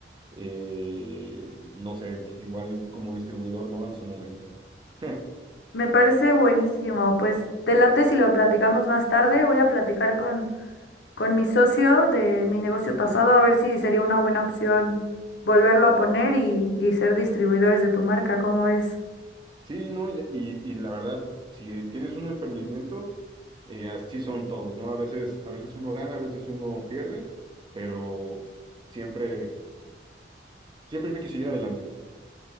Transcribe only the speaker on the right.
eh, no sé, igual como distribuidor, ¿no? En su momento. <laughs>
Sí, no, y, y- y la verdad, si tienes un emprendimiento, eh, así son todos, ¿no? A veces, a veces uno gana, a veces uno pierde, pero siempre, siempre hay que seguir adelante.